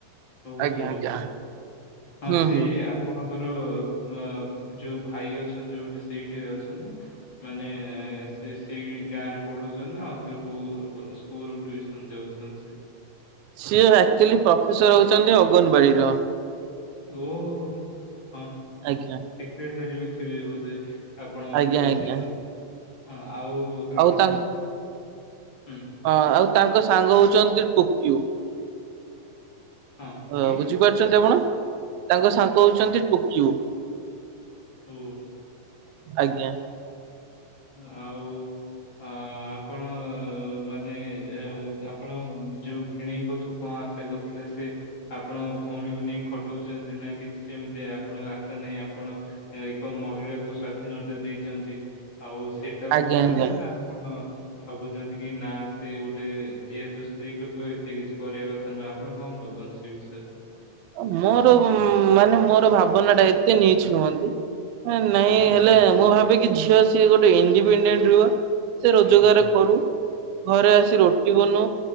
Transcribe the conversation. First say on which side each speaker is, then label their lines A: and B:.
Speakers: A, on the left; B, on the right.
A: <unintelligible>
B: ଆଜ୍ଞା ଆଜ୍ଞା
A: ହଁ
B: ହୁଁ
A: ସେଇ
B: ହୁଁ।
A: ଆପଣଙ୍କର ମଁ ଯୋଉ ଭାଇ ଅଛନ୍ତି ଯୋଉଠି ସେଇଠି ଅଛନ୍ତି ନା ମାନେ ସେ ସେଇ ଗାଁ ରେ ପଢଉଛନ୍ତି ନା ଅଲଗା କୋଉ ସ୍କୁ ସ୍କୁଲ ଟ୍ୟୁସନ ଯାଉଛନ୍ତି ସେ
B: ସିଏ ଆକ୍ଚୋଲି ପ୍ରଫେସର ହଉଛନ୍ତି ଅଗନବାଡିର
A: ଓହୋ।
B: ଆଜ୍ଞା।
A: <unintelligible> କ୍ରେଟାରି ବି ଥିବେ ବୋଧେ ଆପଣଙ୍କ
B: ଆଜ୍ଞା
A: ଭାଇ
B: ଆଜ୍ଞା।
A: ସେଠି <inaudible> ହଁ ଆଉ ଆପଣ
B: ଆଉ ତାଙ୍କ
A: <inaudible> ହୁଁ
B: ହଁ ଆଉ ତାଙ୍କ ସାଙ୍ଗ ହଉଛନ୍ତି <unintelligible> ଟୋକିଓ
A: ହଁ
B: ଅ
A: କିଏ
B: ବୁଝିପାରୁଛନ୍ତି ଆପଣ ତାଙ୍କ ସାଙ୍ଗ ହଉଛନ୍ତି <unintelligible> ଟୋକିଓ
A: ହୁଁ।
B: ଆଜ୍ଞା।
A: ହଁ ଆଉ ଅ ଆପଣ ମାନେ ଏ ଆପଣ ଯୋଉ ଭିଣେଇଙ୍କଥୁ କଁ ଆଶା କରିଥିଲେ ସେ? ଆପଣଙ୍କ ଭଉଣୀକୁ ନେଇ ଖଟଉଚନ୍ତି ନାଁ କିଛି ସେମିତି ଆପଣଙ୍କ ଆଶା ନାହିଁ ଆପଣ ଏକ ମହିଳାକୁ ସ୍ଵାଧୀନତା ଦେଇଚନ୍ତି ଆଉ ସେଟା ଭାବୁଚନ୍ତି
B: ଆଜ୍ଞା ଆଜ୍ଞା।
A: ନାଁ ପଣ ଭାବୁଚନ୍ତି କି ନାଁ ସେ ଗୋଟେ ଯେହେତୁ ସ୍ତ୍ରୀ ଲୋକ ଏତେ କିଛି କରିବା କଥା ନୁହେଁ ଆପଣ କଁ ଭାବଞ୍ଚ୍ ସେ ବିଷୟ
B: ଅ ମୋର ମାନେ ମୋର ଭାବନାଟା ଏତେ ନିଚ୍ ନୁହନ୍ତି। ଏଁ ନାଇଁ
A: ହଁ
B: ହେଲେ ମୁଁ ଭାବେ କି ଝିଅ ସିଏ ଗୋଟେ ଇଣ୍ଡିପିଣ୍ଡେଣ୍ଟ୍ ରୁଅ। ସେ ରୋଜଗାର
A: ହଁ
B: କରୁ। ଘରେ ଆସି ରୋଟି ବନଉ